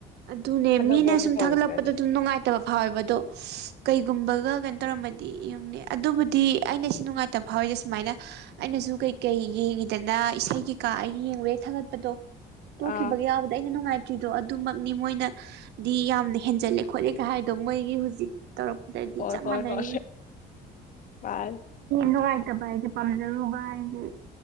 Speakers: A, on the right (about 80°); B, on the left (about 50°).
A: ꯑꯗꯨꯅꯦ
B: ꯈꯟꯅꯕꯕꯨ
A: ꯃꯤꯅ ꯁꯨꯝ
B: ꯍꯧꯔꯁꯤꯔꯅꯦ
A: ꯊꯥꯒꯠꯂꯛꯄꯗ ꯑꯗꯨꯝ ꯅꯨꯡꯉꯥꯏꯇ ꯇꯕ ꯐꯥꯎꯋꯦꯕ ꯑꯗꯣ ꯀꯩꯒꯨꯝꯕꯒ ꯀꯩꯅꯣ ꯇꯧꯔꯝꯃꯗꯤ ꯌꯨꯝꯅꯦ ꯑꯗꯨꯕꯨꯗꯤ ꯑꯩꯅ ꯁꯤ ꯅꯨꯡꯉꯥꯏ ꯇꯕ ꯐꯥꯎꯔꯤ ꯁꯨꯃꯥꯏꯅ ꯑꯩꯅꯁꯨ ꯀꯩꯀꯩ ꯌꯦꯡꯉꯤꯗꯅ ꯏꯁꯩ ꯀꯩꯀꯥ ꯑꯩ ꯌꯦꯡꯕꯩ ꯊꯥꯒꯠꯄꯗꯣ ꯇꯣꯛꯈꯤꯕꯒꯤ
B: ꯑꯥ
A: ꯌꯥꯎꯕꯗ ꯑꯩꯅ ꯅꯨꯡꯉꯥꯏꯇ꯭ꯔꯤꯗꯣ ꯑꯗꯨ ꯅꯤ ꯃꯣꯏꯅꯗꯤ ꯌꯥꯝꯅ ꯍꯦꯟꯖꯜꯂꯦ ꯈꯣꯠꯂꯦꯒ ꯍꯥꯏꯗꯣ ꯃꯣꯏꯒꯤ ꯍꯧꯖꯤꯛ ꯇꯧꯔꯛꯄꯗꯗꯤ
B: ꯍꯣꯏ
A: ꯆꯞ
B: ꯍꯣꯏ
A: ꯃꯥꯟꯅꯔꯤ
B: ꯍꯣꯏ
A: ꯑꯦ
B: ꯃꯥꯅꯤ
A: ꯅꯨꯡꯉꯥꯏꯇꯕ ꯍꯥꯢꯁꯦ ꯄꯥꯝꯖꯔꯨꯕ ꯍꯥꯢꯁꯦ